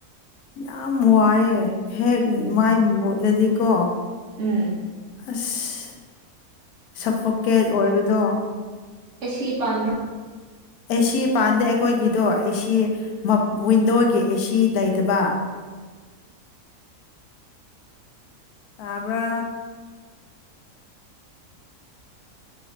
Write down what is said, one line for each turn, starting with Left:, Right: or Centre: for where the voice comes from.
Left: ꯌꯥꯝ ꯋꯥꯏꯑꯦ ꯍꯦꯛ
Right: ꯎꯝ
Left: ꯃꯥꯏ ꯃꯨꯠꯂꯗꯤꯀꯣ ꯑꯥꯁꯖ
Right: ꯎꯝ
Left: ꯁꯐꯣꯀꯦꯠ ꯑꯣꯏꯕꯗꯣꯅꯤ
Right: ꯑꯁꯤꯁꯤ ꯄꯥꯟꯕꯔꫭ
Left: ꯑꯦꯁꯤ ꯄꯥꯟꯗꯦ ꯑꯩꯈꯣꯏꯒꯤꯗꯣ ꯑꯦꯁꯤ ꯌꯥꯟꯗꯣꯒꯤ ꯑꯦꯁꯤ ꯂꯩꯇꯕ ꯇꯥꯕꯔꯥ